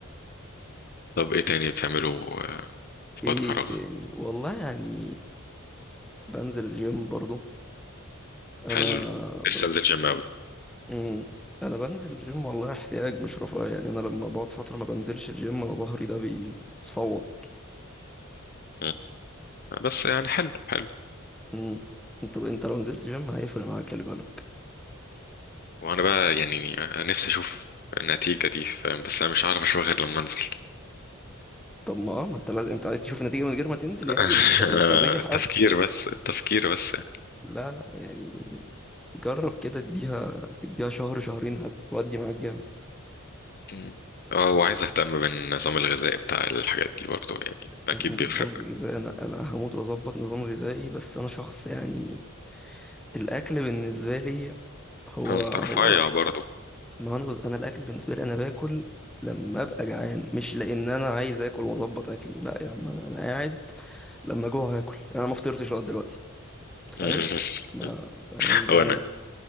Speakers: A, on the left; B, in the centre.
A: طب إيه تاني بتعمله آه، في
B: ايه
A: وقت فراغ
B: تاني والله يعني بنزل الجيم برضو انا
A: حلو
B: ب...
A: لسه أنزل جيم أوي
B: مم. انا بنزل الجيم والله احتياج مش رفاهية يعني انا لما بقعد فتره ما بنزلش الجيم انا ظهري ده بيصوت
A: م. بس يعني حلو حلو
B: مم. انت انت لو نزلت جيم هيفرق معاك خلي بالك
A: وانا بقى يعني نفسي اشوف النتيجة دي فاهم بس انا مش هعرف اشوفها غير لما انزل
B: طب ما اه ما انت لازم انت عايز تشوف النتيجة من غير ما تنزل
A: <laughs>
B: يعني ده انت ده انت بجح
A: التفكير
B: قوي
A: بس التفكير بس
B: لا لا يعني جرب كده اديها اديها شهر شهرين هتودي معاك جامد
A: يعني. اه وعايز اهتم بالنظام الغذائي بتاع الحاجات دي برضو يعني اكيد
B: النظام
A: بيفرق
B: الغذائي انا انا هموت واظبط نظام غذائي بس انا شخص يعني الاكل بالنسبة لي هو
A: انت
B: هو
A: رفيع برضو
B: ما انا بز... انا الاكل بالنسبة لي انا باكل لما ابقى جعان مش لان انا عايز اكل واظبط اكلي لا يا عم انا انا قاعد لما جوع هاكل يعني انا ما فطرتش لغايه دلوقتي متخيل
A: <laughs>
B: ما انا مش جعان
A: وانا